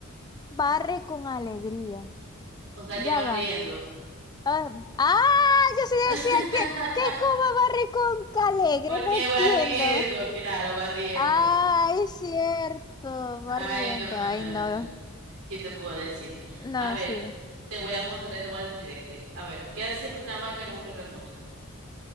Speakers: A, on the left; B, on the right.
A: barre con alegría.
B: O sea,
A: Ya
B: que vas
A: va.
B: riendo.
A: Ah, ah, yo sí decía
B: <laughs>
A: que, que cómo barre con calegre,
B: ¿Por
A: no
B: qué
A: entiendo.
B: vas riendo? Claro, vas riendo.
A: Ah, es cierto, barriendo.
B: Ay, no, no,
A: Ay,
B: no,
A: no,
B: no. no. ¿Qué te puedo decir?
A: no,
B: A ver,
A: sí.
B: te voy a mostrar, te voy a decir este. A ver, ¿qué hace una vaca en un terremoto?